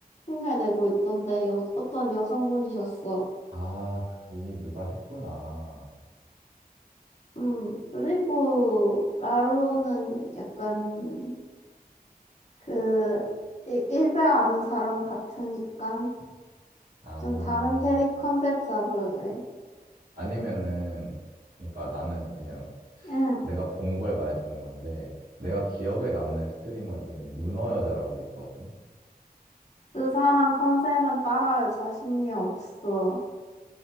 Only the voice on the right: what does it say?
아, 그 이미 누가 했구나.
아,
아니면은, 그러니까 나는 그냥
내가 본 걸 말해주는 건데, 내가 기억에 남는 스트리머 중에 문어 여자라고 있거든?